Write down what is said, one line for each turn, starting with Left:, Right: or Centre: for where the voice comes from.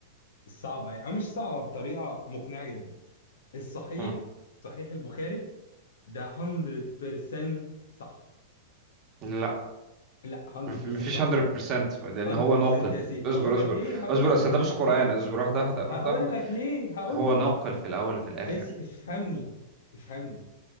Left: الصعبه يعني او مش صعبه بطريقه مقنعه جدا الصحيح
Right: مم.
Left: صحيح البخاري ده 100% صح
Right: لا
Left: لا 100%
Right: مف- مفيش
Left: صح
Right: 100% لان
Left: 100%
Right: هو ناقل
Left: يا سيف
Right: اصبر
Left: هقول لك
Right: اصبر
Left: ليه هقول
Right: اصبر
Left: لك
Right: اصل
Left: ليه
Right: ده مش
Left: هقول
Right: قران
Left: لك
Right: اصبر
Left: ليه
Right: واحده واحده واحده
Left: هقول
Right: واحده
Left: لك ليه هقول
Right: هو
Left: لك
Right: ناقل
Left: ليه
Right: في الاول وفي الاخر
Left: أس... افهمني افهمني